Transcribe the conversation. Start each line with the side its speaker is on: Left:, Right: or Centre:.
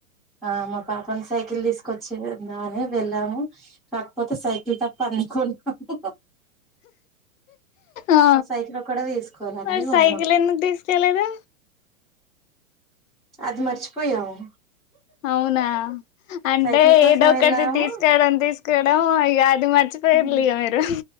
Centre: ఆ మా పాపను సైకిల్ తీసుకొచ్చిందాని వెళ్ళాము కాకపోతే సైకిల్ తప్ప అన్ని కొన్నాము
Left: ఆ
Centre: సైకిల్ ఒక్కటే తీసుకోవాలి అన్ని
Left: మరి
Centre: కొన్నాం
Left: సైకిల్ ఎందుకు తీసుకెలేదు
Centre: అది మర్చిపోయాము.
Left: అవునా అంటే
Centre: సైకిల్ కోసం
Left: ఏదో ఒకటి
Centre: వెళ్ళాము
Left: తీసుకోవడం తీసుకోవడం ఇగ అది మర్చి పోయిరు
Centre: ఉమ్.
Left: మీరు.